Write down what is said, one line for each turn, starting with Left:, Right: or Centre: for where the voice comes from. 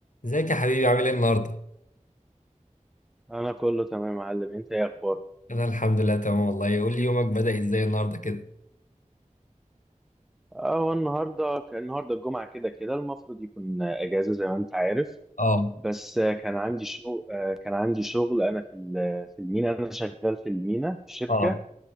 Left: ازيك يا حبيبي عامل ايه النهارده؟
Centre: انا كله تمام يا معلم انت ايه اخبارك
Left: انا الحمد لله تمام والله قول لي يومك بدأ ازاي النهارده كده؟
Centre: اه النهارده كان النهارده الجمعه كده كده المفروض يكون اجازه زي ما انت عارف
Left: اه
Centre: بس آه، كان عندي شغل آه، كان عندي شغل انا في ال- في المينا انا شغال في المينا في شركه
Left: اه